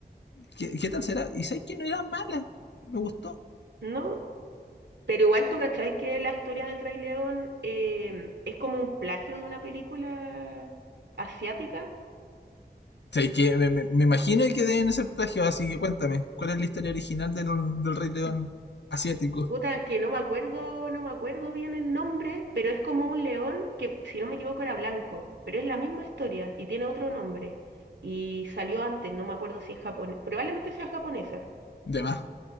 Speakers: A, on the left; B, on the right.
A: ¿qué, qué tal
B: Mm,
A: será? Y sabes que no era mala, me gustó.
B: No, Pero igual tú cachai que la historia del Rey León em, es como un plagio de una película asiática.
A: sabéis que me, me- me imagino que deben ser plagios, así que cuéntame, ¿cuál es la historia original del, del Rey León asiático?
B: Puta, es que no me acuerdo, no me acuerdo bien el nombre, pero es como un león que, si no me equivoco, era blanco, pero es la misma historia y tiene otro nombre. Y salió antes, no me acuerdo si es japonés, probablemente sea japonesa.
A: De más.